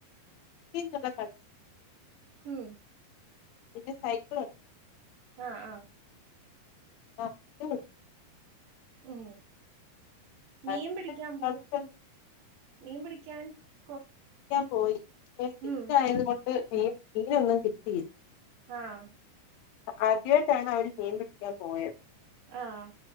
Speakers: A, on the left; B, on the right.
A: തീന്തല്ല കഴും <unintelligible>
B: മ്മ്
A: പി സൈക്ലോ <unintelligible>
B: ആഹ - ആഹ
A: ആഹ് <unintelligible>
B: ഉം മീൻ
A: കളിച്ച്
B: പിടിക്കാൻ പോവോ
A: കളിച്ച്
B: മീൻ പിടിക്കാൻ കൊ
A: പോയിയ്
B: ഉം
A: തീയതുകൊണ്ട് <unintelligible> മീനൊന്നും കിട്ടിയില്ല
B: ആഹ
A: ആദ്യമായിട്ടാണ് അവര് മീൻ പിടിക്കാൻ പോയത്
B: ആഹ